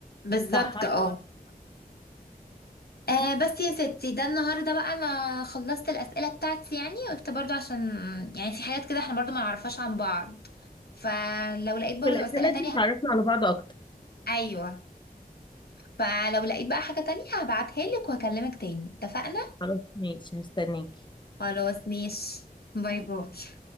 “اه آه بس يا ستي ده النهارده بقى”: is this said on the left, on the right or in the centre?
Left